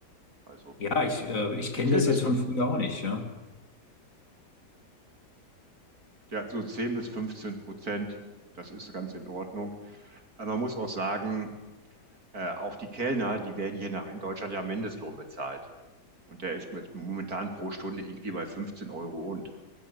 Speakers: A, on the right (about 55°); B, on the left (about 50°).
A: Also
B: Ja, ich, äh, ich kenne
A: so 10
B: das
A: bis
B: jetzt von früher auch nicht, ja.
A: ja, so 10 bis 15 Prozent, das ist ganz in Ordnung. Aber man muss auch sagen, äh, auch die Kellner, die werden hier nach in Deutschland ja Mindestlohn bezahlt. Und der ist mit, momentan pro Stunde irgendwie bei 15 Euro und.